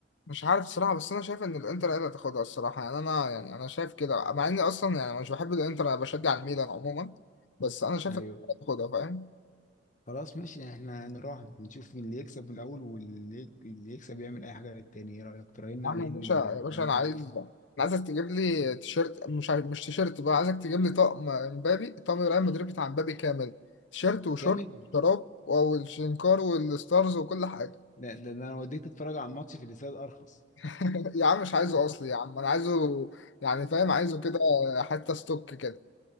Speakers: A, on the left; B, on the left.
A: مش عارف الصراحة بس أنا شايف إن الإنتر هي اللي هتاخدها الصراحة يعني أنا يعني أنا شايف كده مع إني أصلا يعني مش بحب الإنتر أنا بشجع الميلان عموما بس أنا شايف
B: ايوه
A: إن الإنتر هتاخدها فاهم
B: خلاص ماشي احنا نراهن ونشوف مين اللي يكسب من الاول واللي اللي يكسب يعمل اي حاجه للتاني ايه رايك تراهن
A: يا
B: على
A: عم يا
B: ان
A: باشا
B: ال-
A: يا باشا
B: ان
A: انا
B: باريس
A: عايز انا عايزك تجيب لي تيشيرت مش عايز... مش تيشيرت بقى عايزك تجيب لي طقم امبابي طقم الريال مدريد بتاع امبابي كامل تيشيرت وشورت
B: كامل
A: شراب والشنكار والستارز وكل حاجه
B: ده ده ده انا وديك تتفرج على الماتش في الاستاد ارخص
A: <laughs> يا عم مش عايزه اصلي يا عم انا عايزه يعني فاهم عايزه كده حتى ستوك كده